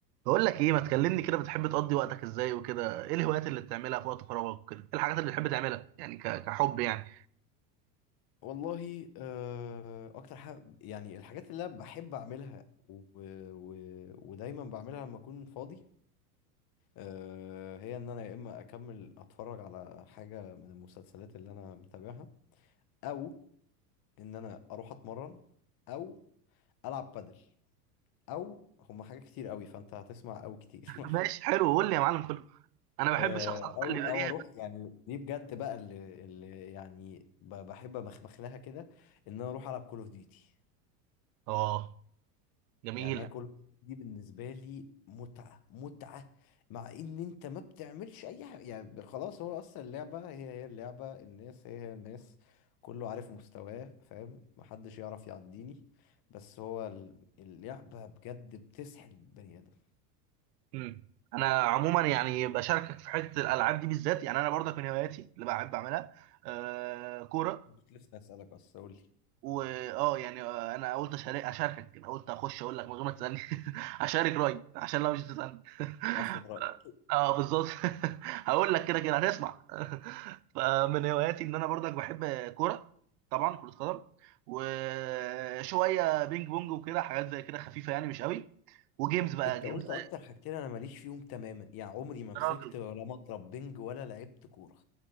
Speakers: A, on the right; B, on the left.
A: بقول لك ايه ما تكلمني كده بتحب تقضي وقتك ازاي وكده ايه الهوايات اللي بتعملها في وقت فراغك وكده ايه الحاجات اللي بتحب تعملها يعني ك... كحب يعني
B: والله آه، اكتر حاجه يعني الحاجات اللي انا بحب اعملها و... و... ودايما بعملها لما اكون فاضي آه، هي ان انا يا اما اكمل اتفرج على حاجه من المسلسلات اللي انا متابعها او ان انا اروح اتمرن او العب بادل او هما حاجات كتير قوي فانت هتسمع او كتير
A: <laughs>
B: <laughs>
A: ماشي حلو قول لي يا معلم كله انا بحب
B: آه،
A: الشخص آه، على فكره
B: او
A: اللي
B: او
A: يبقى ليه
B: اروح يعني دي بجد بقى اللي, اللي يعني ب- بحب امخمخ لها كده ان انا اروح العب كول اوف ديوتي
A: اه يعني
B: يعني
A: جميل
B: انا كل دي بالنسبه لي متعه متعه مع ان انت ما بتعملش اي حاجه يعني خلاص هو اصلا اللعبه هي هي اللعبه الناس هي هي الناس كله عارف مستواه فاهم محدش يعرف يعديني بس هو ال- اللعبه بجد بتسحل البني ادم
A: امم انا عموما يعني بشاركك في حته الالعاب دي بالذات يعني انا برضك من هواياتي اللي بحب اعملها آه كوره
B: انا كنت لسه هسألك اصلا قول لي
A: واه يعني آه، يعني انا قلت أشارك- اشاركك انا قلت اخش اقول لك من غير ما تسالني <laughs> اشارك رايي عشان لو مش تسالني <laughs>
B: افرض رأيك
A: اه بالظبط <laughs> هقول لك كده كده هنسمع <laughs> فمن هواياتي ان انا برضك بحب كوره طبعا كره قدم وشويه بينج بونج وكده حاجات زي كده خفيفه يعني مش قوي وجيمز بقى
B: انت
A: جيمز
B: قلت اكتر حاجتين انا ماليش فيهم تماما يعني عمري ما مسكت
A: راجل
B: ولا مضرب بنج ولا لعبت كوره